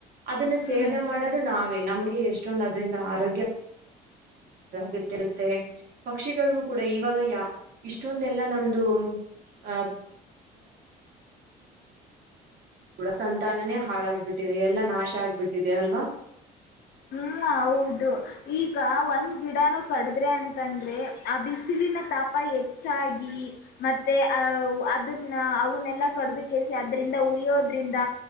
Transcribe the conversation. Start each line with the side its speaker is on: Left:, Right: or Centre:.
Right: ಅದನ್ನ
Left: ಹ್ಮ್
Right: ಸೇವನೆ ಮಾಡೋದು ನಾವೇ ನಮಗೆ ಎಷ್ಟೊಂದ ಅದ್ರಿಂದ ಆರೋಗ್ಯ ಗೊತ್ತಿರುತ್ತೆ ಪಕ್ಷಿಗಳಿಗೂ ಕೂಡ ಇವಾಗ ಯ ಇಷ್ಟೊಂದೆಲ್ಲ ನಮ್ದು ಆ ಡ ಸಂತಾನನೇ ಹಾಳಾಗಬಿಟ್ಟಿದೆ ಎಲ್ಲ ನಾಶ ಆಗ್ಬಿಟ್ಟಿದೆ ಅಲ್ವಾ
Left: ಹ್ಮ್ ಹೌದು ಈಗ ಒಂದ್ ಗಿಡನು ಕಡದ್ರೆ ಅಂತಂದ್ರೆ ಆ ಬಿಸಿಲಿನ ತಾಪ ಹೆಚ್ಚಾಗಿ ಮತ್ತೆ ಅ ಅದನ್ನ ಅವನ್ನೆಲ್ಲ ಕಡ ಕೆೇಳಸಿ ಅದರಿಂದ ಅಡಿಯೋದ್ರಿಂದ